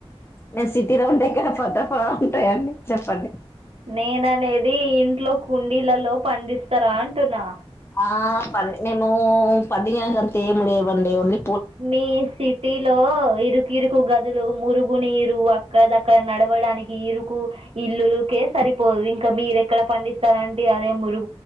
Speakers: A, on the left (about 25°); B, on the right (about 65°).
A: నేను సిటీలో ఉండే ఇక్కడ పంట పొలాలు ఉంటాయండి చెప్పండి
B: నేన అనేది ఇంట్లో కుండీలలో పండిస్తారా అంటున్నా
A: ఆ ప మేము పది కాక <unintelligible> అంతముడ్వండి ఒఓన్లీ
B: మీ సిటీ లో ఇరుకు ఇరుకు గదులు మురుగు నీరు అక్కడ నడవడడానికి ఈరుకు ఇల్లులు కే సరిపోదు ఇంకా మీరెక్కడ పండిస్తారండి అదే మురు